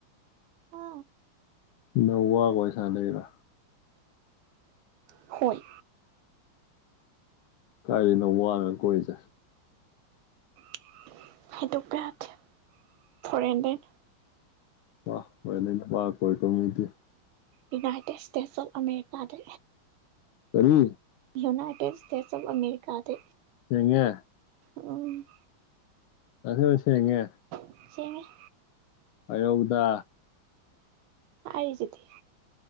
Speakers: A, on the right (about 85°); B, on the left (about 85°).
A: ꯍ
B: ꯅꯧꯋꯥ ꯀꯣꯏꯁ ꯂꯩꯩꯔ
A: ꯍꯣꯏ
B: ꯀꯥꯏꯔꯤꯅ ꯋꯥꯅ ꯀꯣꯏꯁꯦ
A: <unintelligible> ꯍꯇ ꯄꯔꯠ ꯐꯣꯔ ꯍꯦꯟꯗ꯭ꯔꯦꯠ
B: ꯋꯥ ꯑꯣꯏ ꯋꯥ ꯀꯣꯏ ꯇꯃꯤꯗꯤ
A: ꯌꯨꯅꯥꯏꯇꯦꯠ ꯁꯇꯦꯠꯁ ꯑꯣꯐ ꯑ ꯑꯃꯦꯔꯤꯀꯗ
B: ꯀꯔꯤ
A: ꯌꯨꯅꯥꯏꯇꯦꯠ ꯁꯇꯦꯠꯁ ꯑꯣꯐ ꯑꯃꯦꯔꯤꯀꯥꯗ
B: ꯁꯤꯉ
A: ꯎꯝ
B: ꯑꯗꯨ ꯁꯦꯡꯉꯦ
A: ꯁꯁꯦꯉꯦ
B: ꯍꯥꯏꯔꯛꯎꯗ
A: ꯍꯥꯏꯔꯤꯖꯤꯗꯤ